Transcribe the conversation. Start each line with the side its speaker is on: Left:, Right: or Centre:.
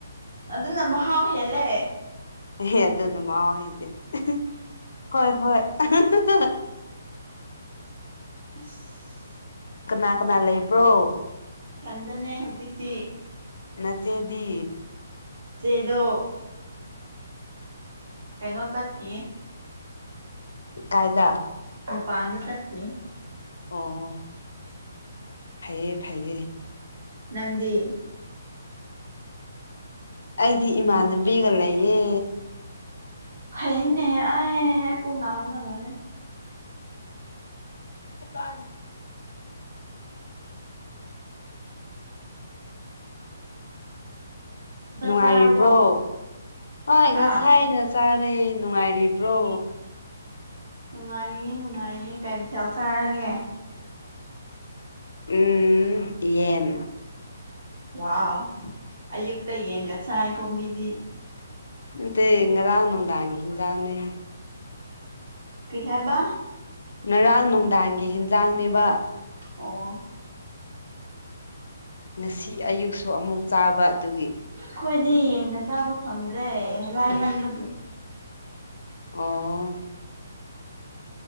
Right: ꯑꯗꯨ ꯅ ꯃꯍꯥꯎ ꯍꯦꯜꯂꯦ
Left: ꯍꯦ ꯑꯗꯨꯅ ꯃꯍꯥꯎ ꯍꯦꯜꯂꯦ ꯑ ꯍꯣꯏ ꯍꯣꯏ ꯑꯍꯍꯍꯍ
Right: ꯑꯁ
Left: ꯀꯅꯥ ꯀꯅꯥ ꯂꯩꯕ꯭ꯔꯣ
Right: ꯊꯟꯗꯅꯦ ꯍꯧꯖꯤꯛꯇꯤ
Left: ꯅꯆꯦꯗꯤ
Right: ꯆꯦꯗꯣ ꯀꯩꯅꯣ ꯆꯈꯤꯌꯦ
Left: ꯀꯥꯏꯗ
Right: ꯎ ꯄꯥꯟꯗ ꯆꯈꯤ
Left: ꯑꯣ ꯐꯩꯌꯦ ꯐꯩꯌꯦ
Right: ꯅꯪꯒꯤꯦ
Left: ꯑꯩꯗꯤ ꯏꯃꯥꯟꯅꯕꯤꯒ ꯂꯩꯌꯦ
Right: ꯈꯩꯅꯦ ꯑꯩ ꯄꯨꯡꯅꯥꯝꯅ ꯂꯣꯏꯦ
Left: ꯑꯗꯨ
Right: ꯆꯥꯛ
Left: ꯅꯨꯡꯉꯥꯏꯔꯤꯕ꯭ꯔꯣ
Right: ꯆꯥꯔꯕꯣ
Left: ꯍꯣꯏ
Right: ꯍꯥ
Left: ꯉꯁꯥꯏ ꯆꯥꯔꯦ ꯅꯨꯡꯉꯥꯏꯔꯤꯕ꯭ꯔꯣ
Right: ꯅꯨꯡꯉꯥꯏꯔꯤꯌꯦ ꯅꯨꯡꯉꯥꯏꯔꯤ ꯀꯩꯝꯊꯦꯜ ꯆꯥꯔꯒꯦ
Left: ꯎꯝ ꯌꯦꯟ
Right: ꯋꯥ ꯑꯌꯨꯛꯇ ꯌꯦꯟꯒ ꯆꯥꯏ ꯀꯣ ꯃꯤꯗꯤ
Left: ꯠꯇ ꯏꯔꯅꯗꯥꯡꯒꯗꯅꯤ
Right: ꯀꯔꯤꯍꯥꯏꯕ
Left: ꯉꯔꯥꯡ ꯅꯨꯡꯗꯥꯡꯒꯤ ꯍꯦꯟꯖꯥꯡꯅꯦꯕ
Right: ꯑꯣ
Left: ꯉꯁꯤ ꯑꯌꯨꯛꯁꯨ ꯑꯃꯨꯛ ꯆꯥꯕ ꯑꯗꯨꯒꯤ
Right: ꯑꯩꯈꯣꯏꯗꯤ ꯌꯦꯟꯗ ꯆꯥꯕ ꯐꯪꯗ꯭ꯔꯦ ꯂꯥꯏꯃꯟꯕꯒꯤ
Left: ꯑꯥ